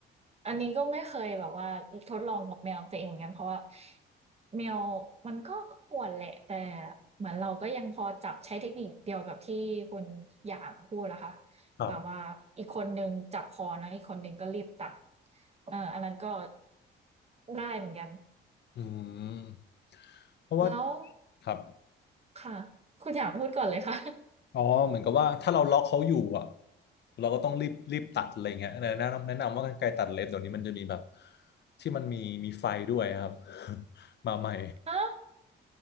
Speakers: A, on the right; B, on the left.
A: อันนี้ก็ไม่เคยแบบว่าทดลองกับแมวตัวเองเหมือนกันเพราะว่าแมวมันก็ข่วนแหละแต่เหมือนเราก็ยังพอจับใช้เทคนิคเดียวกับที่คุณหยางพูดนะคะ
B: ครับ
A: แบบว่าอีกคนหนึงจับคอนะอีกคนหนึงก็รีบตัดเอ่ออันนั้นก็ได้เหมือนกัน
B: อืมเพราะว่า
A: แล้ว
B: ครับ
A: ค่ะคุณหยางพูดก่อนเลยค่ะ <laughs>
B: อ๋อเหมือนกับว่าถ้าเราล็อกเขาอยู่อ่ะเราก็ต้องรีบรีบตัดอะไรเงี้ยแนะนำแนะนำว่ากรรไกรตัดเล็บเดี๋ยวนี้มันจะมีแบบที่มันมีมีไฟด้วยครับ <laughs> มาใหม่
A: ฮะ